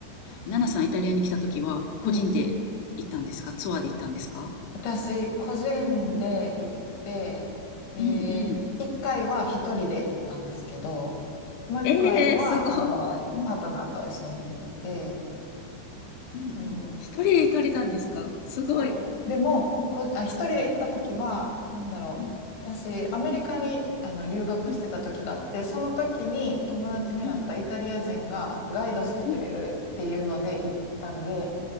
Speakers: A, on the left; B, on the left.
A: 確かに。
B: ナナさん、イタリアに来た時は、個人で行ったんですかツアーで行ったんですか
A: うん私、個人で行って、で、
B: うんうん。
A: 一回は一人で行ったんですけど、もう一回は、
B: ええーすごい。
A: あの、
B: うん
A: パートナーと一緒に行ってて、
B: うんうんうん。
A: そ
B: 一人で行かれたんですか？すごい。
A: う、そう、でも、こ、あ、一人で行った時は、なんだろう、
B: うん。
A: 私、アメリカに、あの、留学してた時があって、
B: うん。
A: その時に友達になったイタリア人がガイドしてくれるっていうので行ったんで、
B: うん。うん。